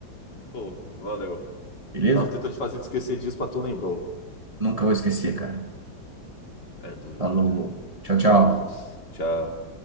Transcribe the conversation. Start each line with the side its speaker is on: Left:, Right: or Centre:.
Left: Pô, valeu.
Right: beleza?
Left: Tava tentando te fazer te esquecer disso, mas tu lembrou.
Right: Nunca vou esquecer, cara.
Left: É duro,
Right: Falou,
Left: cara.
Right: tchau,
Left: Falou,
Right: tchau.
Left: tchau.